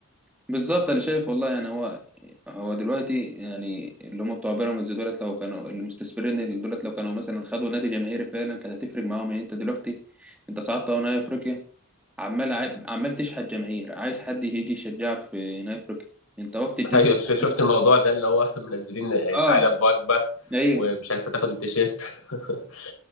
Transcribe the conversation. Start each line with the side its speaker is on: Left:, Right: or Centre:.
Centre: بالظبط انا شايف والله يعني هو هو دلوقتي يعني اللي هم بتوع بيراميدز دولت لو كانوا المستثمرين دولت لو كانوا مثلا خدوا نادي جماهيري فعلا كانت هتفرق معاهم يعني انت دلوقتي انت صعدت اهو نهائي افريقيا عمال ع- عمال تشحت جماهير عايز حد يجي يشجعك في هنا افريقيا انت وقت الجد
Left: ايوه
Centre: بتاع
Left: ش- شفت الموضوع ده اللي هو <laughs> منزلين آه،
Centre: اه
Left: تعالى بوجبه
Centre: ايوه
Left: ومش عارفه تاخد التيشيرت <laughs>